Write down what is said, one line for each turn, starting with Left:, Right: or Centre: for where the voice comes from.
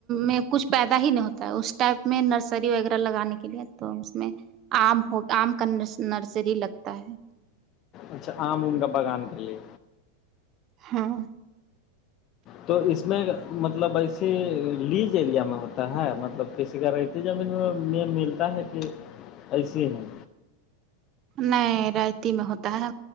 Right: میں کچھ پیدا ہی نہیں ہوتا ہے اس ٹائپ میں نرسری وغیرہ لگانے کے لیے تو اس میں آم ہو آم کا نرسری لگتا ہے
Left: اچھا آم ام کا بگان کے لیے
Right: ہاں
Left: تو اس میں مطلب ایسے لیج ایریا میں ہوتا ہے مطلب کسی کا ر زمین میں یہ ملتا ہے کہ ایسے ہیں
Right: نہیں رائیتی میں ہوتا ہے